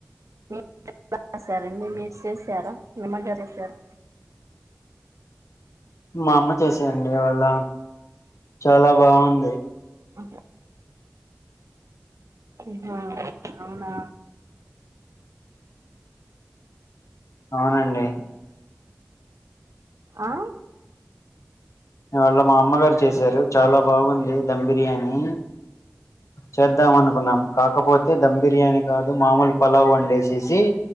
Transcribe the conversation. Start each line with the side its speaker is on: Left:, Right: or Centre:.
Right: మీరు చేసారండి మీరు చేసారా నీమజరి సార్
Left: మా అమ్మ చేశారండి ఈ వాళ్ళ చాలా బాగుంది
Right: అ ఆహా అవునా
Left: అవునండి
Right: ఆ
Left: ఇవాళ్ళ మా అమ్మగారు చేశారు చాలా బాగుంది ధమ్ బిర్యానీ చేద్దాం అనుకున్నాం కాకపోతే ధమ్ బిర్యానీ కాదు మామూలు పలావు వండేసేసి